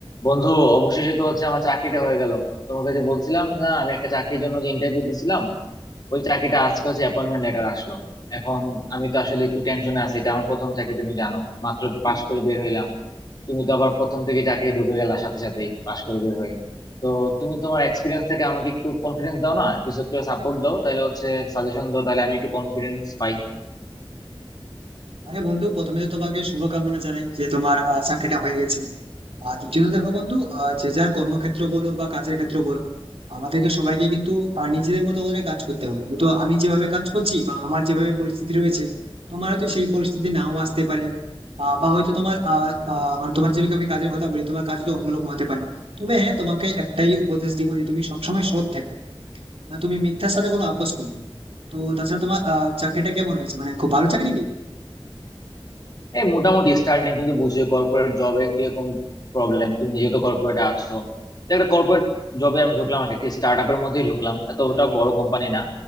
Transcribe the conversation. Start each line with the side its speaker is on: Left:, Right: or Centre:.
Left: বন্ধু অবশেষে তো হচ্ছে আমার চাকরিটা হয়ে গেল তোমাকে যে বলছিলাম না আমি একটা চাকরির জন্য যে ইন্টারভিউ দিছিলাম ওই চাকরিটা আজকে হচ্ছে অ্যাপয়েন্টমেন্ট লেটার আসলো এখন আমি তো আসলে একটু টেনশনে আছি এটা আমার প্রথম চাকরি তুমি জানো মাত্র পাশ করে বের হইলাম তুমি তো আবার প্রথম থেকে চাকরি ঢুকে গেলা সাথে সাথেই পাশ করে বের হই তো তুমি তোমার এক্সপিরিয়েন্স থেকে আমাকে একটু কনফিডেন্স দাও না কিছু একটু সাপোর্ট দাও তাহলে হচ্ছে সাজেশন দাও তাহলে আমি একটু কনফিডেন্স পাই
Right: আরে বন্ধু প্রথমে তো তোমাকে শুভকামনা জানাই যে তোমার আহ, চাকরিটা হয়ে গেছে আর দ্বিতীয়ত দেখো বন্ধু আহ, যে যার কর্মক্ষেত্র বলো বা কাজের ক্ষেত্র বলো আমাদেরকে সবাইকে কিন্তু আহ, নিজেদের মতো করে কাজ করতে হবে তো আমি যেভাবে কাজ করছি বা আমার যেভাবে পরিস্থিতি রয়েছে তোমার হয়তো সেই পরিস্থিতি নাও আসতে পারে আহ, বা হয়তো তোমার আহ, আহ, মানে তোমার যদি আমি কাজের কথা বলি তোমার কাজ তো অন্যরকম হতে পারে তবে হ্যাঁ তোমাকে একটাই উপদেশ দিব যে তুমি সবসময় সৎ থাকো মানে তুমি মিথ্যার সাথে কোনো আপোষ করো না। তো তাছাড়া তোমার আহ, চাকরিটা কেমন হয়েছে মানে খুব ভালো চাকরি কি
Left: এই মোটামুটি স্টার্টিং তুমি তো বুঝছো কর্পোরেট জবে কিরকম প্রবলেম তুমি নিজে তো কর্পোরেটে আছো তো একটা কর্পোরেট জবে আমি ঢুকলাম আর কি একটি স্টার্ট আপের মধ্যেই ঢুকলাম এতটা বড় কোম্পানি না